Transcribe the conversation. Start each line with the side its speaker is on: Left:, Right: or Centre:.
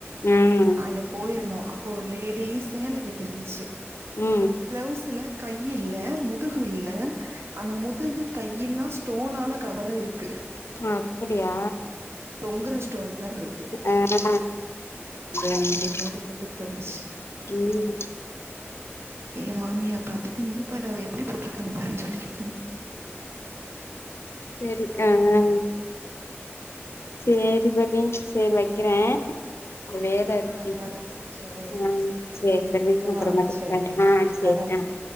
Left: ம்
Right: அங்க போயிருந்தோ அப்போ ஒரு லேடி சேல கட்டி இருந்துச்சு
Left: ம்
Right: பிளவுஸ்ல கையில்ல முதுகுல்ல அந்த முதுகு கையெல்லா ஸ் டோனால கவராயிருக்கு
Left: அப்பிடியா
Right: தொங்குற ஸ்டோன் மாரி இருக்கு
Left: ஆ அதா அதா
Right: அந்த மாரி போட்டுக்கிட்டு வந்துச்சு
Left: ம்
Right: ஏ மாமியா பாத்துட்டு இங்க பாரு அவ எப்டி போட்ருக்கான்னு பாருன்னு சொல்லிகிட்
Left: செரி ஆ ஆ சேரி ஃபட்டி சேரி வைக்கிறே வேல இருக்கு
Right: ஆ ஆ வேல சேரி
Left: ஆ
Right: மிஸ்
Left: சேரி பவி
Right: வைக்கவா
Left: அப்புறமாட்டி
Right: சேரி
Left: பண்றே
Right: ம்
Left: ஆ சேரி
Right: பாய்
Left: ஆ